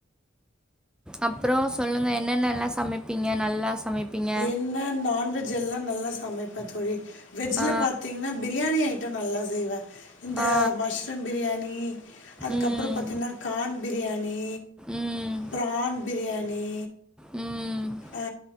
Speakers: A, in the centre; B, on the left.
A: அப்றோ சொல்லுங்க என்னென்னல்லா சமைப்பீங்க நல்லா சமைப்பீங்க?
B: என்ன நான்வெஜ் எல்லா நல்லா சமைப்ப தோழி வெஜ்ல
A: ஆ,
B: பாத்தீங்கனா பிரியாணியை ட்ட நல்லா செய்வே இந்த
A: ஆ.
B: மஷ்ரூம் பிரியாணி அதுக்கப்றோ
A: ம்.
B: பாத்தீனா கான் பிரியாணி
A: ம்.
B: ப்ரான் பிரியாணி
A: ம்
B: ஆ